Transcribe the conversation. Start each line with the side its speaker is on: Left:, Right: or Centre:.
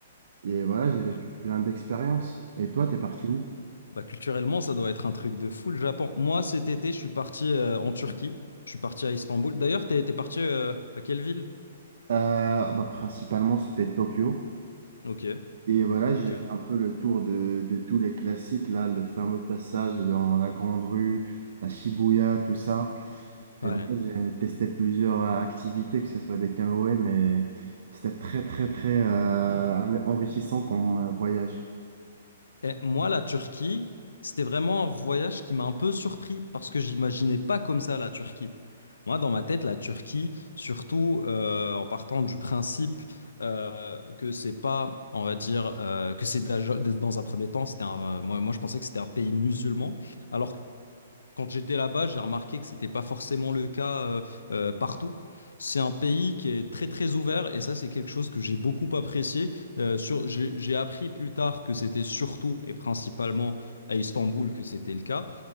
Right: Et voilà, j'ai vécu
Left: Ouais.
Right: plein d'expériences. Et toi, t'es parti où?
Left: Bah, culturellement, ça doit être un truc de fou, le Japon. Moi, cet été, je suis parti euh, en Turquie. Je suis parti à Istanbul. D'ailleurs, t'es, t'es parti euh, à quelle ville?
Right: Euh, bah, principalement, c'était Tokyo.
Left: Ok,
Right: Et voilà, j'ai
Left: ok, ok.
Right: fait un peu le tour de, de tous les classiques, là, le fameux passage dans la Grande Rue, la Shibuya, tout ça. Et
Left: Ouais.
Right: voilà, j'ai testé plusieurs euh, activités, que ce soit des canoës, mais c'était très, très, très euh, enrichissant comme euh, voyage.
Left: Et moi, la Turquie, c'était vraiment un voyage qui m'a un peu surpris parce que j'imaginais pas comme ça la Turquie. Moi, dans ma tête, la Turquie, surtout euh, en partant du principe euh, que c'est pas, on va dire, euh, que c'est de la- dans un premier temps, c'était un- moi, moi, je pensais que c'était un pays musulman, alors quand j'étais là-bas, j'ai remarqué que c'était pas forcément le cas euh, euh, partout. C'est un pays qui est très très ouvert et ça c'est quelque chose que j'ai beaucoup apprécié. Euh, sur, j'ai j'ai appris plus tard que c'était surtout et principalement à Istanbul que c'était le cas,